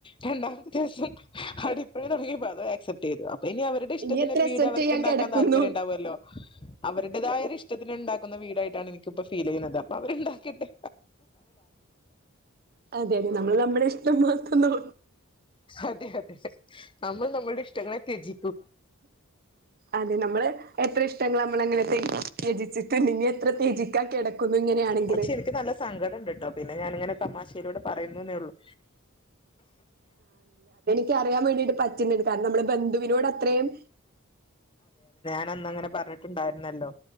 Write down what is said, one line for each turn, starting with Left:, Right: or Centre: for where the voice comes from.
Left: രണ്ടാമത്തെ ദിവസം അടിപ്പഴ നമു ആക്സെപ്റ്റ് ചെയ്തു ഇനി അവരുടെ ഇഷ്ടത്തിന്ൊരു
Right: ഇനി എത്ര
Left: വീട്
Right: അക്സെപ്റ്റ്
Left: അവർക്ക്
Right: ചെയ്യാൻ
Left: ഉണ്ടാക്കാൻ
Right: കിടക്കുന്നു
Left: താല്പര്യം ഉണ്ടാവുമല്ലോ അവരുടേതായൊ ഇഷ്ടത്തിന്ണ്ടാക്കുന്ന വീടായിട്ടാണ് എനിക്കിപ്പൊ ഫീൽ ചെയ്യുന്നത് അപ്പൊ അവരുണ്ടാക്കട്ടെ
Right: അതെ അതെ നമ്മൾ നമ്മുടെ ഇഷ്ടം മാത്തന്നോ
Left: അതെ അതെ നമ്മള് നമ്മളുടെ ഇഷ്ടങ്ങണെ തേജി
Right: അതെ നമ്മളെ എത്ര ഇഷ്ടങ്ങൾ നമ്മള അങ്ങനെ ത്ജിച്ചിട്ടുണ്ടെങ്കിൽ എത്ര ത്ജിക്കാ കിടക്കുന്നു ഇങ്ങനെയാണെങ്കില്
Left: പക്ഷെ എനിക്ക് നല്ല സങ്കടം ഉണ്ട കേട്ടോ പിന്നെ ഞാന ഇങ്ങനെ തമാശയിലോട് പറയുന്നെന്നേ ഉള്ളൂ
Right: എനി അറിയാൻ വേണ്ടിട്ട് പറ്റുന്നുണ്ട് കാരണം നമ്മള് ബന്ധുവിനോട് അത്രയും
Left: ന്ന അങ്ങനെ പറഞ്ഞിട്ടുണ്ടായിരുന്നല്ലോ